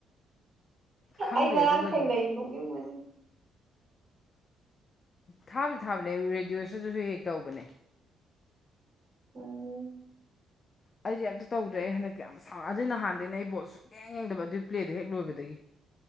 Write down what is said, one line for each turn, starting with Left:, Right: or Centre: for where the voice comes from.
Left: ꯈꯪꯗꯦ
Right: ꯑꯩ ꯉꯔꯥꯡ
Left: ꯑꯗꯨꯒꯗꯤ
Right: ꯊꯦꯡꯅꯩ
Left: ꯑꯝꯇ
Right: ꯅꯣꯛꯅꯤꯡꯕꯁꯦ
Left: ꯊꯥꯕꯁꯨ ꯊꯥꯕꯅꯦ ꯔꯦꯗꯤꯑꯣꯁꯤꯗꯁꯨ ꯍꯦꯛ ꯇꯧꯕꯅꯦ
Right: ꯎꯝ
Left: ꯑꯩꯗꯤ ꯑꯝꯇ ꯇꯧꯗ꯭ꯔꯦ ꯍꯟꯗꯛꯇꯤ ꯌꯥꯝ ꯁꯥꯎ ꯑꯗꯨꯏ ꯅꯍꯥꯟꯗꯒꯤꯩꯅ ꯑꯩ ꯕꯣꯠ ꯁꯨꯛ ꯌꯦꯡ ꯌꯦꯡꯗꯕ ꯑꯗꯨꯏ ꯄ꯭ꯂꯦꯗꯣ ꯍꯦꯛ ꯂꯣꯏꯕꯗꯒꯤ